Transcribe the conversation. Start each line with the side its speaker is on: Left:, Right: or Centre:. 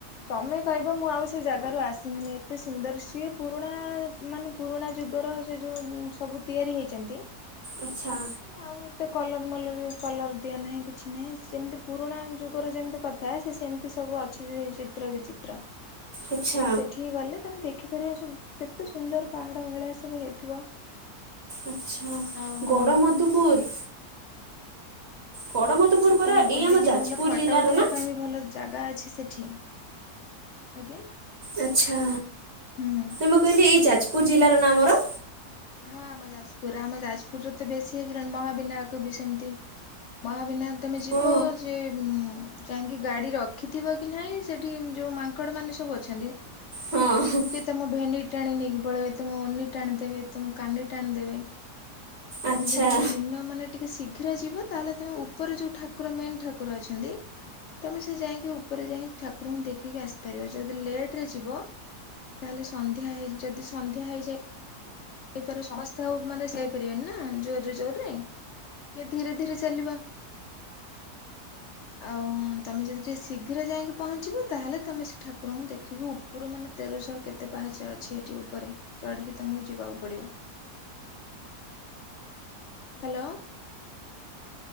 Left: ତମେ କହିବ ମୁଁ ଆଉ ସେ ଜାଗାରୁ ଆସିିମିନି ଏତେ ସୁନ୍ଦର ସିଏ ପୁରୁଣା ମାନେ ପୁରୁଣା ଯୁଗର ସେ ଯେଉଁ ସବୁ ତିଆରି ହେଇଛନ୍ତି।
Right: ଆଚ୍ଛା।
Left: ମାନେ ଆଉ ଏତେ କଲର୍ ମଲର୍ କଲର୍ ଦିଆ ନାହିଁ କିଛି ନାହିଁ, ସେ ଯେମିତି ପୁରୁଣା ଯୁଗରେ ଯେମିତି କଥା ସେ ସେମ୍ତି ସବୁ ଅଛି। ସେ ଚିତ୍ର ବିଚିତ୍ର। କିନ୍ତୁ
Right: ଆଚ୍ଛା
Left: ସେଠିକି ଗଲେ ତମେ ଦେଖିପାରିବ। ସବୁ କେତେ ସୁନ୍ଦର ପାହାଡ ଭଳିଆ ସବୁ ହେଇଥିବ।
Right: ଆଚ୍ଛା।
Left: ଆଉ
Right: ଗଡ଼ ମଧୁପୁର୍। ଗଡ଼ମଧୁପୁର ପରା
Left: ତମେ ବୁଲିକି,
Right: ଏଇ ଆମ ଯାଜପୁର
Left: ଭଲ ଫଟୋ
Right: ଜିଲ୍ଲାର
Left: ଉଠେଇବା
Right: ନା
Left: ପାଇଁ ବି ଭଲ ଜାଗା ଅଛି ସେଠି। ଆଜ୍ଞା।
Right: ଆଚ୍ଛା।
Left: ହୁଁ
Right: ମୁଁ କହିଲି ଏଇ ଯାଜପୁର ଜିଲ୍ଲାର ନାମର?
Left: ହଁ ଆମ ଯାଜପୁର। ଆମ ଯାଜପୁରରେ ତ ବେଶୀ ହେଇଗଲାଣି ମହାବିନାୟକ ବି ସେମିତି। ମହାବିନାୟକ ତମେ ଯିବ
Right: ଓ
Left: ସେ ଯାଇକି ଗାଡି ରଖିଥିବ କି ନାହିଁ ସେଠି ଯୋଉ ମାନ୍କ୍ ଙ୍କଡ ମାନେ ସବୁ ଅଛନ୍ତି।
Right: ହଁ।
Left: ତ ମୋ ଭେନଡ୍ ଟାଣି ନେଇକି ପଳେଇବେ, ତମ ଓନି ଟାଣି ଦେବେ, ତମ କାନି ଟାଣିଦେବେ। ତମେ
Right: ଆଚ୍ଛା
Left: ଯଦି ଦିନ ମାନେ ଟିକେ ଶୀଘ୍ର ଯିବ ତାହେଲେ, ତମେ ଉପରେ ଯୋଉ ଠାକୁର ମେନ୍ ଠାକୁର ଅଛନ୍ତି। ତମେ ସେ ଯାଇଁକି ଉପରେ ଯାଇକି ଠାକୁରଙ୍କୁ ଦେଖିକି ଆସିପାରିବ। ଯଦି ଲେଟେ ଯିବ ତାହେଲେ ସନ୍ଧ୍ୟା ହେଇ ଯଦି ସନ୍ଧ୍ୟା ହେଇଯାଏ? ହେଇପ ସମସ୍ତେ ଆଉ ମାନେ ସେଇ ପାରିବେନି ନା ଜୋର ରେ ଜୋରରେ? କିଏ ଧୀରେ ଧୀରେ ଚାଲିବା।
Right: ଆ
Left: ଆଉ ତମେ ଯଦି ଟିକେ ଶୀଘ୍ର ଯାଇକି ପହଞ୍ଚିବ ତାହେଲେ ତୁମେ ସେ ଠାକୁରଙ୍କୁ ଦେଖିକି ଉ ପୁୁରମାନେ ତେରଶହ କେତେ ପାହାଚ ଅଛି ଏଠି ଉପରେ ଚଢ଼ିକି ତମକୁ ଯିବାକୁ ପଡ଼ିବ। ହ୍ୟାଲୋ?